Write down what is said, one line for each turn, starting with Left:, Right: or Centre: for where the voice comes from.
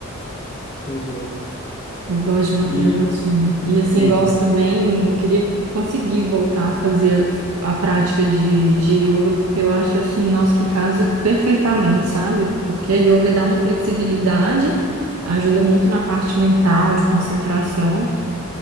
Left: pois é.
Right: Eu gosto de manter
Left: E.
Right: a rotina. E assim,
Left: Uhum,
Right: gosto também, queria conseguir voltar a fazer a prática de, de yoga, porque eu acho assim, nossa, que casa perfeitamente, sabe? Porque a yoga dá uma flexibilidade, ajuda muito na parte mental, de concentração